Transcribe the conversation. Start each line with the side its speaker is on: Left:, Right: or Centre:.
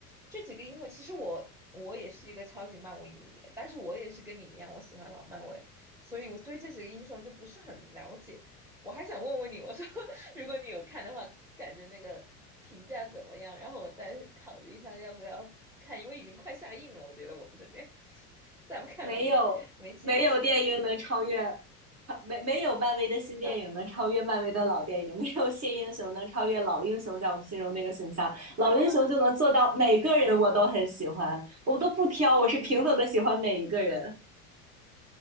Centre: 这几个英雄，其实我我也是一个超级漫威迷，但是我也是跟你一样，我喜欢老漫威，所以我对这几个英雄就不是很了解。我还想问问你，我说 <laughs> 如果你有看的话，感觉那个评价怎么样？然后我再考虑一下要不要看，因为已经快下映了，我觉得我们这边 <laughs> 再不看了没没机会。
Right: 没有没有电影能超越，没没有漫威的新电影能超越漫威的老电影，
Centre: <laughs> 呃，
Right: 没有新英雄能超越老英雄在我们心中那个形象，
Centre: 对吧？
Right: 老英雄就能做到每个人我都很喜欢，我都不挑，我是平等的喜欢每一个人。
Centre: 嗯，